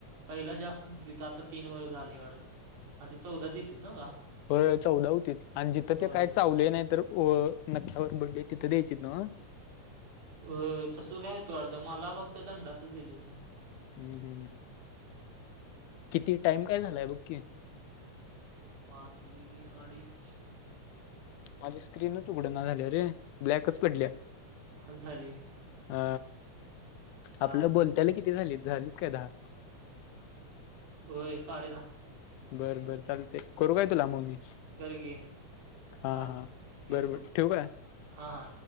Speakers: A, on the right (about 85°); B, on the left (about 90°).
A: पहिला जास्त दितीत, आता तीन वरच आलय वाटतं आधी चौदा दितीत नव का?
B: होय चौदा होतीत, आणि जिथं
A: होय.
B: ते काही चावलय नाही तर अ नख्या वरबडलय तिथं द्यायचीत नव?
A: अ तस काय होतं वाटतं, मला फक्त दंडातच दिलं ते.
B: हम्म हम्म. किती टाइम काय झालाय बघ की?
A: वाजलय की आडीज
B: माझी स्क्रीनच उघड ना झाली या रे, ब्लॅकच पडल्या.
A: ख झालय
B: अ
A: चालते.
B: आपल बोलत्याल किती झालीत, झालीत का दहा?
A: होय साडे दहा.
B: बरं बरं चालतय, करू काय तुला म मी?
A: कर की
B: हा
A: चालते
B: हा
A: ठेवतो.
B: बर बर ठेवू काय?
A: हा हा.